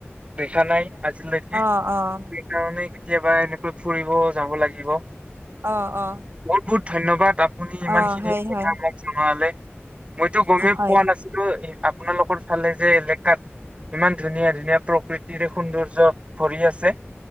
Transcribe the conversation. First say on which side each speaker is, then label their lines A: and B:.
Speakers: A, on the right; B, on the right.
A: দেখা নাই আজিলৈক
B: অ', অ'।
A: সেইকাৰণেই, কেতিয়াবা এনেকৈ ফুৰিব যাব লাগিব।
B: অ', অ'।
A: বহুত বহুত ধন্যবাদ, আপুনি ইমান
B: অ
A: খিনি
B: হয়
A: কথা
B: হয়
A: মোক জনোৱালে। মইতো গমেই
B: হয়
A: পোৱা নাছিলো, আপোনালোকৰ ফালে যে তাত ইমান ধুনীয়া ধুনীয়া প্ৰকৃতিৰে সৌন্দৰ্য ভৰি আছে।